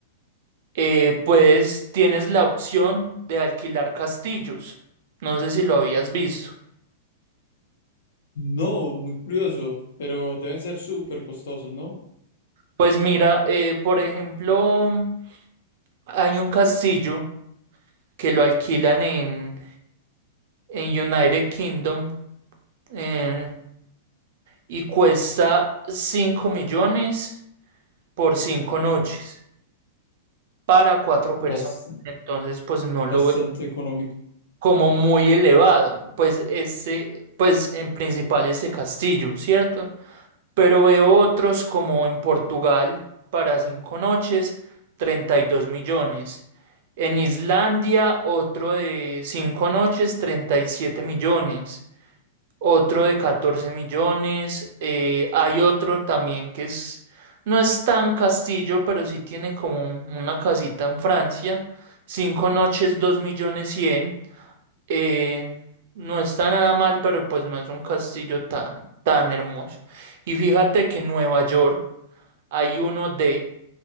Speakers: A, on the right; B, on the left.
A: eh, puedes, tienes la opción de alquilar castillos. No sé si lo habías visto.
B: No, muy curioso, pero deben ser súper costosos, ¿no?
A: Pues mira, eh, por ejemplo, hay un castillo que lo alquilan en, en United Kingdom. eh, y cuesta 5 millones por 5 noches para 4 personas.
B: Bas-
A: Entonces, pues no lo
B: bastante
A: veo
B: económico.
A: como muy elevado. Pues este, pues en principal este castillo, ¿cierto? Pero veo otros como en Portugal para 5 noches, 32 millones. En Islandia, otro de 5 noches, 37 millones. otro de 14 millones. eh, hay otro también que es, no es tan castillo, pero sí tiene como un- una casita en Francia. Cinco noches, dos millones cien eh, no está nada mal, pero pues no es un castillo tan, tan hermoso. Y fíjate que en Nueva York hay uno de